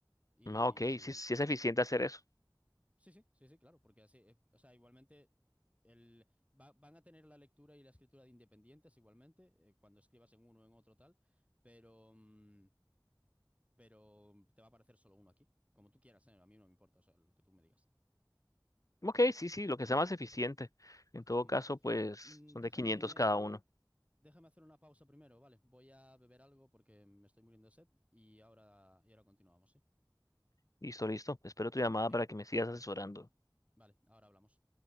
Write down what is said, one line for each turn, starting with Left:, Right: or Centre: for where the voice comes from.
Right: y
Left: Ah, ok. Sí, sí es eficiente hacer eso.
Right: Sí, sí, sí, sí, claro, porque así, eh, o sea, igualmente el, va- van a tener la lectura y la escritura de independientes igualmente, eh, cuando escribas en uno o en otro tal, pero, mm, pero te va a aparecer solo uno aquí, como tú quieras, eh, a mí no me importa, o sea, lo que tú me digas.
Left: Ok, sí, sí, lo que sea más eficiente. En todo
Right: Mm,
Left: caso,
Right: Vale.
Left: pues
Right: Mm,
Left: son
Right: Déjame,
Left: de 500 cada uno.
Right: déjame hacer una pausa primero, ¿vale? Voy a beber algo porque me estoy muriendo de sed y ahora, y ahora continuamos, ¿sí?
Left: Listo, listo. Espero tu llamada
Right: Venga,
Left: para que me sigas asesorando.
Right: vale, ahora hablamos.